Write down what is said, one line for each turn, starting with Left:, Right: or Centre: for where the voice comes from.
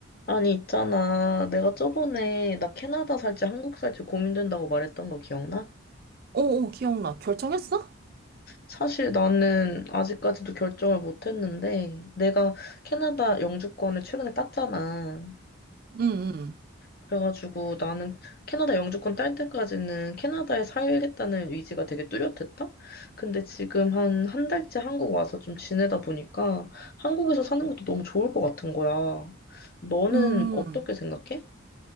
Left: 아니, 있잖아. 내가 저번에 나 캐나다 살지 한국 살지 고민된다고 말했던 거 기억나?
Right: 오, 오, 기억나. 결정했어?
Left: 사실 나는 아직까지도 결정을 못 했는데, 내가 캐나다 영주권을 최근에 땄잖아.
Right: 응, 응,
Left: 그래가지고 나는 캐나다 영주권 딸 때까지는 캐나다에 살겠다는 의지가 되게 뚜렷했다? 근데 지금 한 한 달째 한국 와서 좀 지내다 보니까 한국에서 사는 것도 너무 좋을 것 같은 거야. 너는
Right: 응.
Left: 어떻게 생각해?